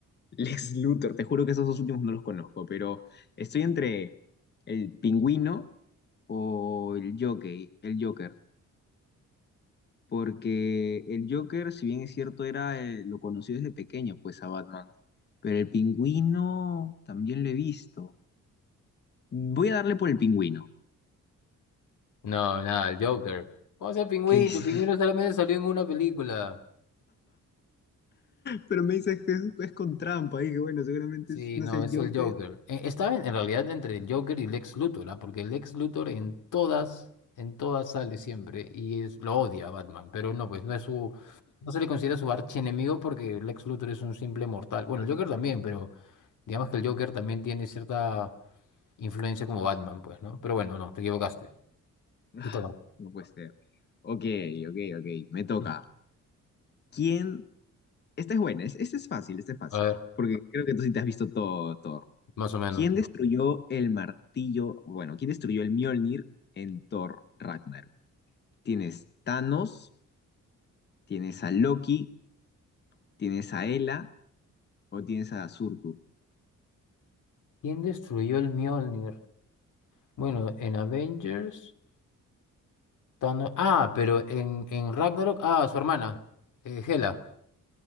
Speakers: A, on the left (about 35°); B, on the left (about 75°).
A: Lex Luthor, te juro que esos dos últimos no los conozco, pero estoy entre el pingüino o el Joker, el Joker. porque el Joker, si bien es cierto, era eh, lo conocí desde pequeño, pues a Batman, pero el pingüino también lo he visto. Voy a darle por el pingüino,
B: No, nada, el Joker. ¿Cómo sea pingüino?
A: que es...
B: El pingüino
A: <laughs>
B: solamente salió en una película.
A: Pero me dices que es, es con trampa, y que bueno, seguramente
B: Sí,
A: es- no
B: no,
A: es el
B: es
A: Joker.
B: el Joker. Eh, Estaba en, en realidad entre el Joker y Lex Luthor, ¿ah? Porque Lex Luthor en todas, en todas sale siempre y es, lo odia a Batman, pero no, pues no es su, no se le considera su archienemigo porque Lex Luthor es un simple mortal. Bueno, el Joker también, pero digamos que el Joker también tiene cierta influencia como Batman, pues, ¿no? Pero bueno, no, te equivocaste.
A: Ah,
B: Te toca.
A: no puede ser. Ok, ok, ok, me toca.
B: Mm.
A: ¿Quién? Esta es buena, es- esta es fácil, esta es fácil,
B: A ver,
A: porque creo que tú sí te has visto todo, Thor.
B: más o menos.
A: ¿Quién destruyó el martillo? Bueno, ¿quién destruyó el Mjolnir en Thor Ragnarok? Tienes Thanos, tienes a Loki, tienes a Hela o tienes a Surtur.
B: ¿Quién destruyó el Mjolnir? Bueno, en Avengers. Thanos- Ah, pero en, en Ragnarok. Ah, su hermana, eh, Hela.